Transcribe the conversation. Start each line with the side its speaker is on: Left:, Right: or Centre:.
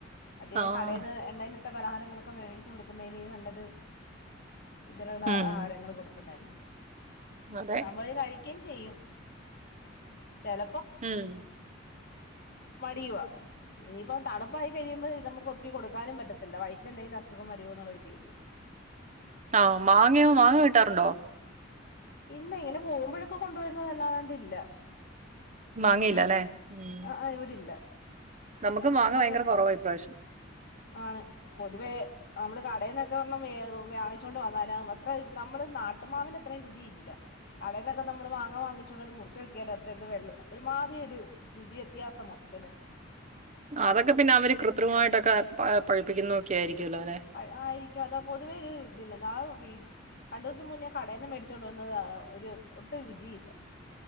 Left: മറ്റേത്
Right: ആഹ്
Left: കടേന്ന് എണ്ണയിലിട്ട പലഹാരങ്ങളൊക്കെ മേടിച്ചു കൊടുക്കുന്നയ്തിലും നല്ലത് ഇതിലൊള്ള
Right: ഉം
Left: ആഹാരങ്ങൾ കൊടുക്കുന്നെ അല്ലെ.
Right: അതെ
Left: നമ്മൾ കഴി ക്കിം ചെയ്യും ചെല
Right: ഉം
Left: മടിയുവാ. ഇനിയിപ്പം തണുപ്പായി കഴിയുമ്പോ ഇത് നമുക്ക് ഒത്തിരി കൊടുക്കാനും പറ്റത്തില്ല വയറ്റിന് എന്തങ്കിലും അസുഖ വരുമോ എന്നുള്ളൊരു പേടിയാ.
Right: ആഹ് മാങ്ങയോ, മാങ്ങ കിട്ടാറുണ്ടോ?
Left: ഇല്ല ഇങ്ങനെ പോകുമ്പഴൊക്കെ കൊണ്ടു വരുന്നതല്ലാണ്ട് ഇല്ല.
Right: മാങ്ങയില്ല അല്ലെ ഉം
Left: അഹ് ആഹ് ഇവിടില്ല
Right: നമുക്ക്
Left: അങ്ങനെ
Right: മാങ്ങ
Left: പോകുമ്പഴൊക്കെ
Right: ഭയങ്കര കുറവാ ഇപ്രാവശ്യം
Left: ആണ് പൊതുവേ നമ്മള് കടേന്നൊക്കെ ഒരെണ്ണം വേ വ്യാങ്ങിച്ചോണ്ട് വന്നാല് അത്രത് നമ്മള് നാട്ടുമാവിന്റ അത്രയും രുചി ഇല്ല. കടെന്നൊക്കെ നമ്മള് മാങ്ങ വാങ്ങിച്ചോണ്ടന്ന് മുറിച്ചോക്കിയാലോ അത്ര എന്തോ ത്ര വെള്ള ഒരുമാതിരി ഒരു രുചി വ്യത്യാസം മൊത്തത് ല്
Right: അതൊക്കെ പിന്നെ അവര് കൃത്രിമമായിട്ടൊക്കെ പ പഴുപ്പിക്കുന്നതൊക്കെ ആയിരിക്ക്യോല്ലോ ല്ലെ.
Left: പഴ് ആയിരിക്കാം അതാ പൊതുവേ ഒരു ഇതില്ല നാവ് വീ രണ്ടു ദിവസം മുന്നേ കടേന്ന് മേടിച്ചൊണ്ട് വന്നത് ഒരു ഒട്ടും രുചി ഇല്ല.